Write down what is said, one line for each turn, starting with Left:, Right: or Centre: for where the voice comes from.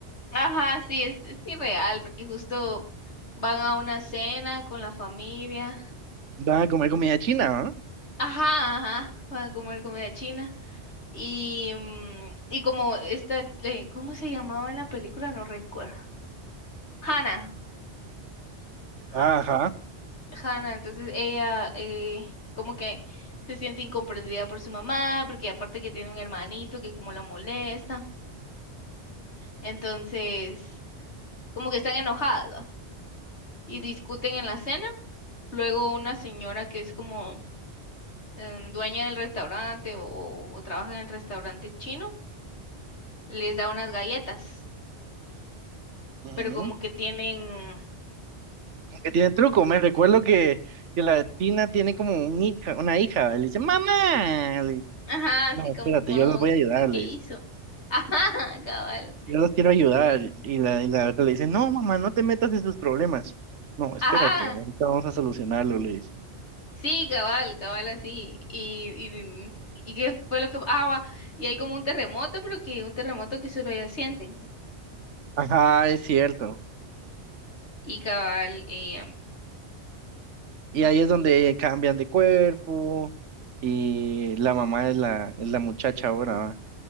Left: Ajá, sí, es, es irreal, porque justo van a una cena con la familia.
Right: Va a comer comida china, ¿ah?
Left: Ajá, ajá, van a comer comida china. Y, mm, y como esta, eh, ¿cómo se llamaba en la película? No recuerdo. Hannah. Ha-
Right: Ajá.
Left: Hannah, entonces ella eh, como que se siente incomprendida por su mamá, porque aparte que tiene un hermanito que como la molesta. Entonces, como que están enojadas, ¿va? Y discuten en la cena. Luego una señora que es como em, dueña del restaurante o, o trabaja en el restaurante chino, les da unas galletas,
Right: ujú.
Left: pero como que tienen
Right: Que tiene truco, me recuerdo que, que la china tiene como un hija, una hija, le dice, mamá, le dice,
Left: Ajá, así
Right: no,
Left: como,
Right: espérate, yo los voy a ayudar,
Left: ¿qué, qué
Right: le dice,
Left: hizo? Ajá, <laughs> cabal.
Right: yo los quiero ayudar, y la, y la otra le dice, no, mamá, no te metas en sus problemas, no, espérate,
Left: Ajá,
Right: ahorita vamos a solucionarlo, le dice.
Left: sí, cabal, cabal, así. Y, y, mm, y qué fue lo que... Ah, va, y hay como un terremoto, pero que un terremoto que solo ellos sienten.
Right: Ajá, es cierto.
Left: Y cabal, eh,
Right: Y
Left: <clears throat>
Right: ahí es donde cambian de cuerpo y la mamá es la, es la muchacha ahora. ¿va?